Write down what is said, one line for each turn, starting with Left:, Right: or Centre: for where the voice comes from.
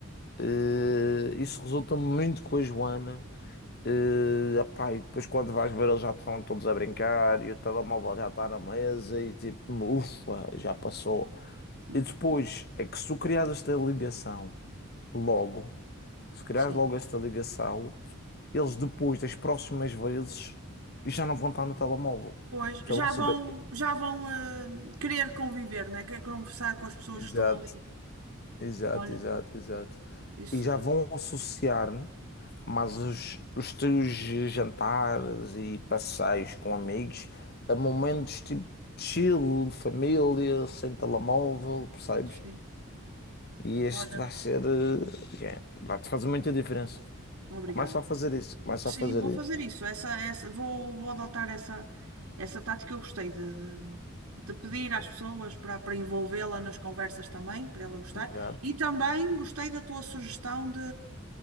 Left: Eh,
Right: Bom.
Left: isso resulta muito com a Joana. Eh, epá, e depois quando vais ver eles já estão todos a brincar e o telemóvel já está na mesa e tipo, ufa, já passou.
Right: Uhum.
Left: E depois é que se tu criares esta ligação logo. Se criares
Right: Sim.
Left: logo esta ligação, eles depois das próximas vezes já não vão estar no telemóvel.
Right: Pois, já
Left: Já vão saber.
Right: vão, já vão eh, querer conviver, né? Quer conversar com as pessoas
Left: Exato,
Right: que estão ali.
Left: exato,
Right: Olha,
Left: exato, exato.
Right: isso,
Left: E já vão associar mas os, os teus jantares e passeios com amigos a momentos tipo chill, família, sem telemóvel, percebes?
Right: sim.
Left: E
Right: Olha,
Left: este vai ser, eh, yeah, vai-te fazer muita diferença.
Right: obrigada.
Left: Começa a fazer isso, começa
Right: Sim,
Left: a fazer
Right: vou
Left: isso.
Right: fazer isso. Essa, essa, vou, vou adotar essa, essa tática. Eu gostei de, de, de pedir às pessoas para, para envolvê-la nas conversas também, para ela gostar.
Left: Exato.
Right: E também gostei da tua sugestão de,